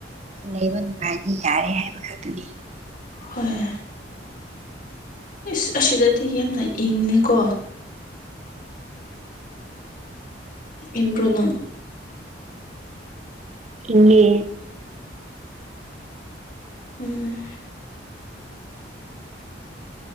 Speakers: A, on the right; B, on the left.
A: ꯂꯩꯕ ꯅꯨꯡꯉꯥꯏꯗꯤ ꯌꯥꯔꯦ ꯍꯥꯏꯕ ꯈꯛꯇꯅꯤ
B: ꯍꯣꯏ ꯏꯁꯁ ꯑꯁꯤꯗꯗꯤ ꯌꯥꯝꯅ ꯏꯪꯉꯦꯀꯣ ꯏꯝꯕ꯭ꯔꯣꯅꯝ
A: ꯏꯉꯦ
B: ꯎꯝ